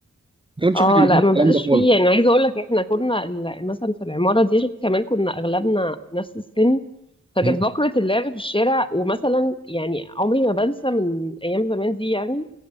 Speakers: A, on the right; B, on the left.
A: ما كانش
B: اه
A: احنا عندنا
B: لا
A: الكلام
B: ما بقاش
A: ده خالص
B: فيه يعني عايزه اقول لك احنا كنا ال- مثلا في العماره دي عشان كمان كنا اغلبنا نفس السن فكانت
A: مم.
B: فقره اللعب في الشارع ومثلا يعني عمري ما بنسى من ايام زمان دي يعني